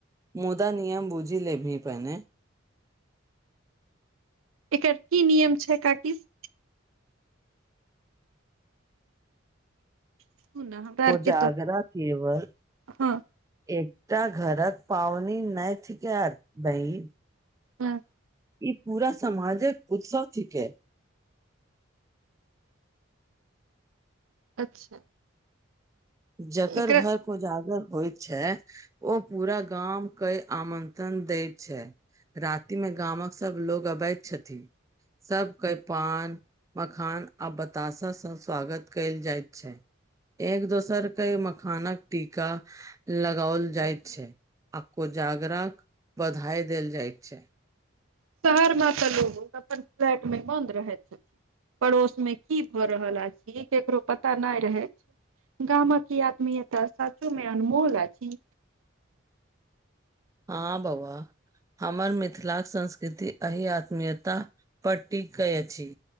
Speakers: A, on the right; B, on the right.
A: मुदा नियम बुझीलेभी पहने
B: एकर की नियम छै कारतिस सुन न, हमरा आर
A: कोजागरा
B: के तऽ
A: केवल
B: हँ
A: एकटा घरक पावनी नहि <unintelligible>
B: हूँ
A: ई पूरा समाजक उत्सव थिके।
B: अच्छा
A: जकर
B: एकरा
A: घर कोजागर होइ छै ओ पूरा गाम के आमन्त्रण दैत छै। राति मे गामक सब लोग अबैत छथि सबके पान मखान आ बताशाँ स्वागत केएल जाइत छै एक दोस सरके मखानक टीका लगाओल जाइत छै आ कोजागराक बधाई देल जाइत छै।
B: शहर मे तऽ लोग अपन फ्लैट में बन्द रहैत पड़ोस में की भऽ रहल आइ ई केकरो पता नै रहै। गामक ई आदमी एतऽ सचो में अनमोल अछि।
A: हँ बौआ हमर मिथिलाक संस्कृति एहि आत्मीयता पर टिकै अछि।